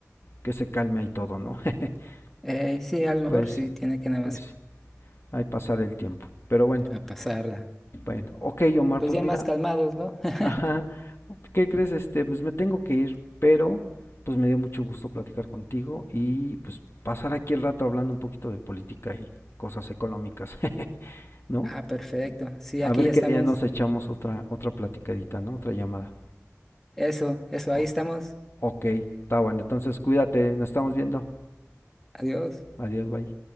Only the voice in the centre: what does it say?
Eh, sí, a lo mejor
sí,
tiene que nada
más
a pasarla.
Pues
ya
más calmados, ¿no? <laughs>
Ah, perfecto. Sí,
aquí
ya
estamos.
Eso, eso,
ahí estamos.
Adiós.